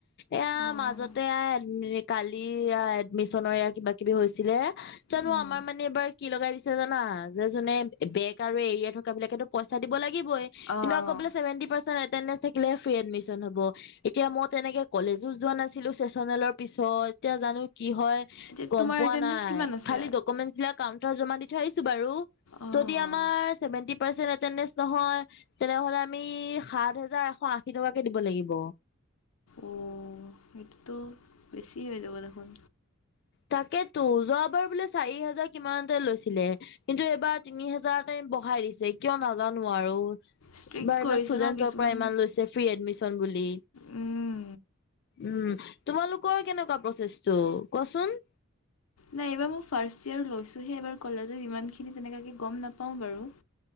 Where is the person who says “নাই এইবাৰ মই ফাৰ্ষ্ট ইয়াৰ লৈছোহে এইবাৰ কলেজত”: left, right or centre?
Left